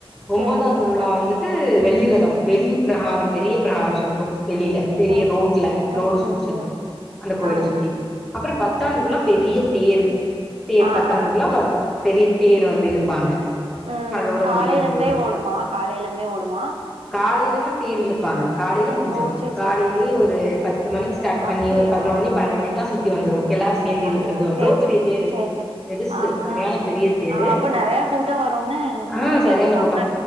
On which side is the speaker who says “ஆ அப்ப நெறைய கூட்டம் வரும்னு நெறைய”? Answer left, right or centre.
Right